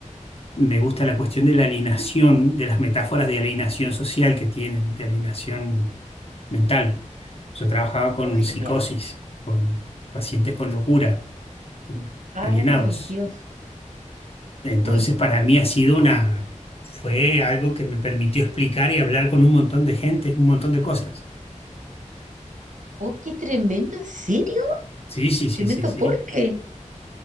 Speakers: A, on the left (about 50°); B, on the right (about 75°).
A: me gusta la cuestión de la alineación de las metáforas de alineación social que tienen, de alineación mental. Yo trabajaba con
B: Oh,
A: psicosis,
B: genial.
A: con pacientes con locura, con
B: Ay,
A: alienados.
B: Dios.
A: Entonces,
B: Uy,
A: para mí ha sido una, fue algo que me permitió explicar y hablar con un montón de gente, un montón de cosas.
B: oh, qué tremendo, ¿en serio?
A: Sí, sí, sí,
B: Tremendo
A: sí, sí.
B: ¿por qué?